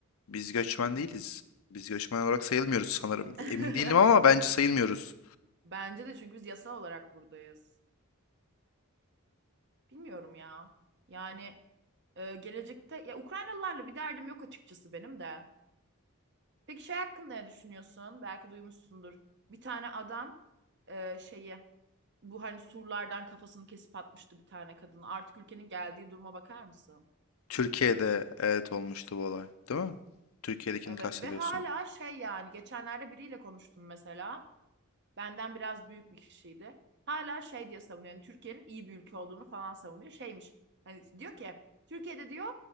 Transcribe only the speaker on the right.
Hmm.
<laughs>
Bence de çünkü biz yasal olarak buradayız. Bilmiyorum ya. Yani e, gelecekte ya Ukraynalılarla bir derdim yok açıkçası benim de. Peki şey hakkında ne düşünüyorsun? Belki duymuşsundur. Bir tane adam e, şeyi bu hani surlardan kafasını kesip atmıştı bir tane kadın. Artık ülkenin geldiği duruma bakar mısın?
Evet
ve hala şey yani geçenlerde biriyle konuştum mesela. Benden biraz büyük bir kişiydi. Hala şey diye savunuyor. Yani Türkiye'nin iyi bir ülke olduğunu falan savunuyor. Şeymiş hani diyor ki Türkiye'de diyor